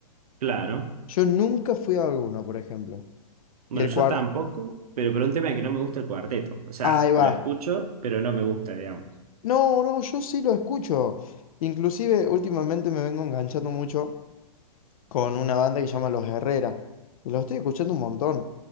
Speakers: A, on the right (about 75°); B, on the left (about 65°).
A: claro.
B: Yo nunca fui a alguno, por ejemplo.
A: Bueno,
B: Y el
A: yo
B: cuarteto...
A: tampoco, pero por un tema de que no me gusta el cuarteto. O sea,
B: Ahí va.
A: lo escucho, pero no me gusta, digamos.
B: No, no, yo sí lo escucho. Inclusive últimamente me vengo enganchando mucho con una banda que se llama Los Herrera. Y los estoy escuchando un montón,